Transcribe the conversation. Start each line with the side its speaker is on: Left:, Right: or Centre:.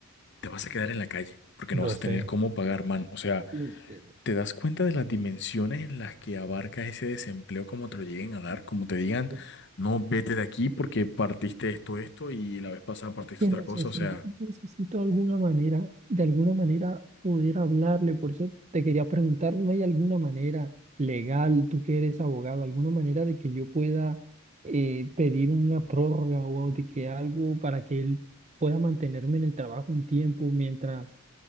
Left: te vas a quedar en la calle porque
Right: lo
Left: no vas
Right: sé.
Left: a tener cómo pagar, man. O sea,
Right: Y este,
Left: ¿te das cuenta de las dimensiones en las que abarca ese desempleo como te lo lleguen a dar? Como te digan,
Right: pues,
Left: no, vete de aquí porque partiste esto, esto y la vez pasada partiste
Right: Que
Left: otra
Right: necesito,
Left: cosa. O sea,
Right: necesito alguna manera, de alguna manera poder hablarle. Por eso te quería preguntar, ¿no hay alguna manera legal, tú que eres abogado, alguna manera de que yo pueda eh, pedir una prórroga o de que algo para que él pueda mantenerme en el trabajo un tiempo mientras